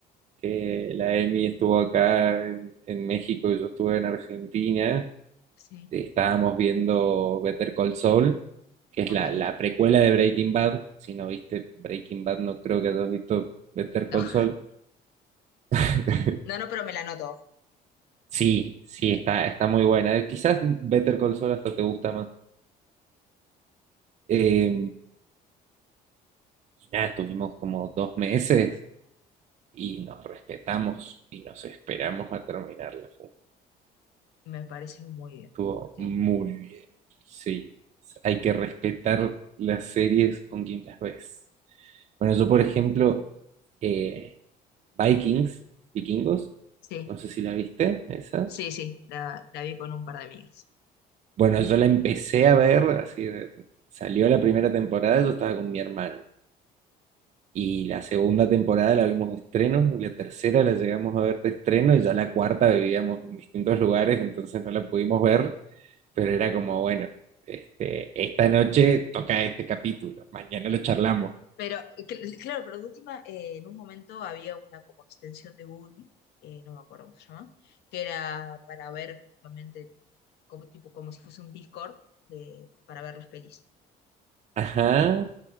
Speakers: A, on the right; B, on the left.
A: que la Emi estuvo acá en, en México y yo estuve en Argentina.
B: sí,
A: Estábamos viendo Better Call Saul, que es
B: ok.
A: la, la precuela de Breaking Bad. Si no viste Breaking Bad, no creo que hayas visto Better Call
B: No, <laughs>
A: Saul. <laughs>
B: no, no, pero me la noto.
A: Sí, sí, está, está muy buena. Eh, Quizás Better Call Saul hasta te gusta más. Eh, y nada, estuvimos como dos meses y nos respetamos y nos esperamos a terminarla
B: Me parece muy bien,
A: Estuvo
B: porque
A: muy bien. Sí, hay que respetar las series con quien las ves. Bueno, yo, por ejemplo, eh, Vikings, Vikingos,
B: sí,
A: no sé si la viste, esa.
B: sí, sí, la, la vi con un par de amigas.
A: Bueno, yo la empecé a ver, así de- salió la primera temporada, yo estaba con mi hermano. Y la segunda temporada la vimos de estreno, y la tercera la llegamos a ver de estreno, y ya la cuarta vivíamos en distintos lugares, entonces no la pudimos ver. pero era como, bueno, este, esta noche toca este capítulo, mañana lo charlamos.
B: Pero cl- claro, pero de última, eh, en un momento había una como extensión de Google, eh, no me acuerdo cómo se llama, que era para ver justamente como tipo como si fuese un Discord de, para ver las pelis.
A: Ajá.